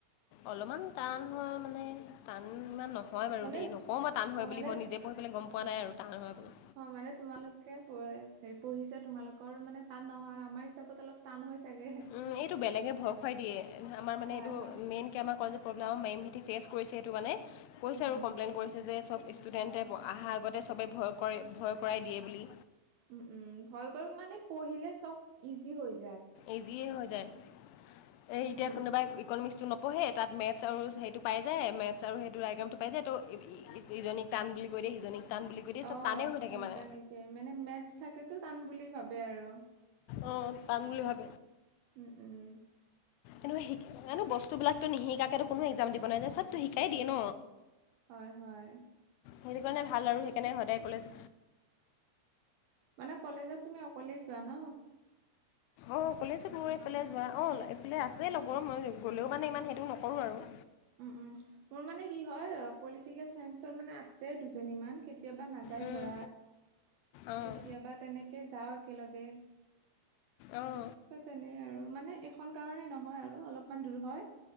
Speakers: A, on the left; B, on the right.
A: অলপমান টান হোৱা মানে টান ইমান ন। হয় বাৰু
B: মানে
A: দেই নকওঁ মই টান হয়
B: অ
A: বুলি
B: মানে
A: মই নিজে পঢ়ি পেলাই গম পোৱা নাই আৰু। টান হয় বুলি
B: অ মানে তোমালোকে হেৰি পঢ়িছে তোমালোকৰ মানে টান নহয় আমাৰ হিচাপত অলপ টান হয়। চাগে
A: উম এইটো বেলেগে ভয় খুৱাই দিয়ে আমাৰ মানে
B: হয়
A: এইটো
B: হয়
A: মেইন কে আমাৰ কলে প্ৰব্লেম মেম। ফেচ কৰিছে সেইটো কাৰণে কৈছে
B: উম
A: আৰু
B: উম
A: কমপ্লেইন কৰিছে যে। চব ষ্টুডেণ্টে অহাৰ আগতে চবেই ভয় কৰে ভয় কৰাই দিয়ে বুলি।
B: উম উম ভয় কৰক মানে পঢ়িলে চব ইজি হৈ য।
A: এজিয়ে হৈ যায় এ
B: উম
A: এতিয়া কোনোবা ইকনমিক্সতো ন। পঢ়ে তাত মেথছ আৰু সেইটো পাই যায় মেথছ আৰু সেইটো আয়গ্ৰামটো পাই যায় তো ইজনীক টান বুলি কৈ দিয়ে সিজনীক। টান বুলি কৈ দিয়ে চব
B: অ
A: টানেই হৈ থাকে মানে
B: তেনেকে মানে মেথছ থাকেতো টান বুলি ভাবে আৰু।
A: অ টান বুলি ভাবি।
B: উম উম।
A: এনেক‌ও শি মানো বস্তু বিলাকো নিশিকাকে কোনো এক্জাম দিব নাযায় চবতো শিকাই দিয়ে ন।
B: হয় হয়।
A: সেইটো কাৰণে ভাল আৰু সেইকাৰণে সদায় কলেজ।
B: মানে কলেজত তুমি অকলেই যোৱা ন।
A: অ কলেজত মোৰ এইফালে যোৱা অ এইফালে আছে লগৰ মই গ'লেও মানে ইমান সেইটো নকৰো আৰু।
B: উম উম মোৰ মানে কি হয় পলিটিকেল চাইন্সৰ মানে আছে দুজ। দুজনীমান কেতিয়াবা নাযায়
A: উম,
B: ধৰা
A: অঁ
B: কেতিয়াবা তেনেকে যাও একেলগে।
A: অঁ
B: ত তেনে আৰু মানে এখন গাঁৱৰে নহয় আৰু অলপমান দূৰ হয়।